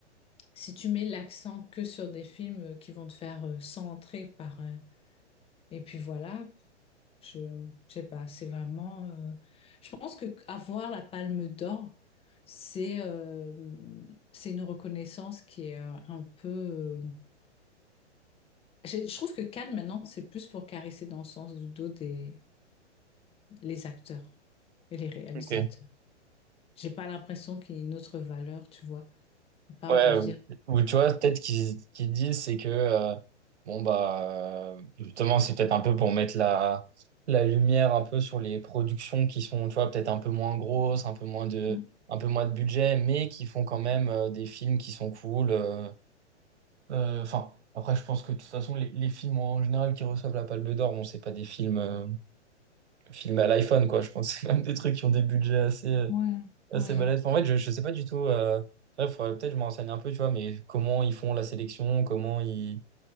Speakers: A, on the left; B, on the right.
A: si tu mets l'accent que sur des films euh, qui vont te faire euh, 100 entrées par... euh, et puis voilà, je, je sais pas, c'est vraiment... euh, je pense que avoir la Palme d'Or, c'est euh, c'est une reconnaissance qui est euh, un peu... euh, Je, je trouve que Cannes, maintenant, c'est plus pour caresser dans le sens du dos des les acteurs et les réalisateurs.
B: Ok.
A: J'ai pas l'impression qu'il y ait une autre valeur, tu vois, à part
B: Ouais,
A: de dire.
B: ou, ou tu vois, peut-être qu'ils qu'ils disent, c'est que, euh, bon, bah, euh, justement, c'est peut-être un peu pour mettre la, la lumière un peu sur les productions qui sont, tu vois, peut-être un peu moins grosses, un peu moins de,
A: Mm.
B: un peu moins de budget, mais qui font quand même euh, des films qui sont cool. euh. Euh, Enfin, après, je pense que de toute façon, les, les films en général qui reçoivent la Palme d'Or, bon, c'est pas des films. euh, filmé à l'iPhone, quoi. Je pense que c'est même des trucs qui ont des budgets assez, euh,
A: Ouais,
B: assez
A: ouais.
B: balèzes. En fait, je, je sais pas du tout. Euh... ouais, faudrait peut-être que je me renseigne un peu, tu vois, mais comment ils font la sélection, comment ils,